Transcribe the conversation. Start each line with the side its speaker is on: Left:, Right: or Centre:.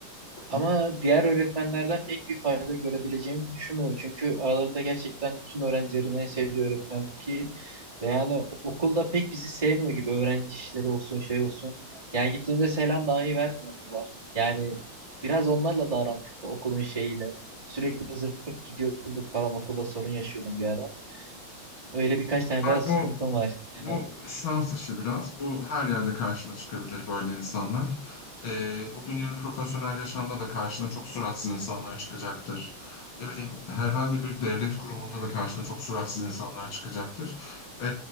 Left: Hı
Right: Ama
Left: hı.
Right: diğer öğretmenlerden pek bir fayda görebileceğimi düşünmüyorum. Çünkü aralarında gerçekten tüm öğrencilerin en sevdiği öğretmen bu ki ve yani okulda pek bizi sevmiyor gibi öğrenci işleri olsun şey olsun. Yani gittiğimde selam dahi vermiyorlar. Yani biraz onlarla da aram kötü okulun şeyiyle. Sürekli zırt pırt gidiyorduk falan okulda sorun yaşıyordum bir ara. Öyle birkaç tane daha
Left: Bak
Right: sıkıntım
Left: bu
Right: var genel.
Left: bu şans işi biraz. Bu her yerde karşına çıkabilir böyle insanlar. E, bugün yarın profesyonel yaşamda da karşına çok suratsız insanlar çıkacaktır. Ne bileyim herhangi bir devlet kurumunda da karşına çok suratsız insanlar çıkacaktır. E,